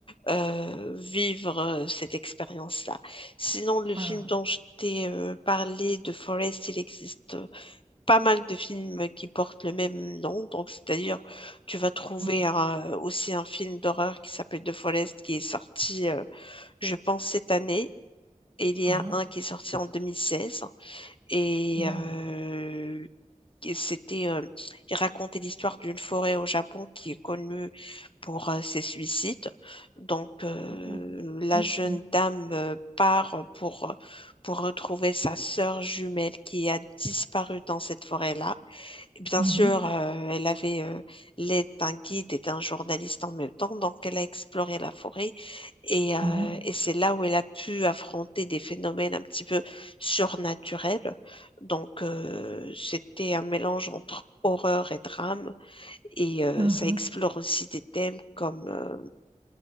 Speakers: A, on the left; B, on the right.
A: euh, vivre euh, cette expérience-là. Sinon, le
B: ah,
A: film dont je t'ai euh, parlé, de Forest, il existe euh, pas mal de films qui portent le même nom. Donc, c'est-à-dire, tu vas trouver
B: mhm,
A: euh, aussi un film d'horreur qui s'appelle The Forest qui est sorti, euh, je pense, cette année. Et il y
B: ah,
A: a un qui est sorti en 2016. Et
B: mhm.
A: euh, qui- C'était, euh, il racontait l'histoire d'une forêt au Japon qui est connue pour euh, ses suicides. Donc, euh,
B: Oh,
A: la
B: ok.
A: jeune dame euh, part pour, pour retrouver sa sœur jumelle qui a disparu dans cette forêt-là. Bien
B: Mhm,
A: sûr, euh, elle avait euh, l'aide d'un guide et d'un journaliste en même temps, donc elle a exploré la forêt et,
B: mhm,
A: euh, et c'est là où elle a pu affronter des phénomènes un petit peu surnaturels. Donc euh, c'était un mélange entre horreur et drame et euh,
B: mhm,
A: ça explore aussi des thèmes comme euh,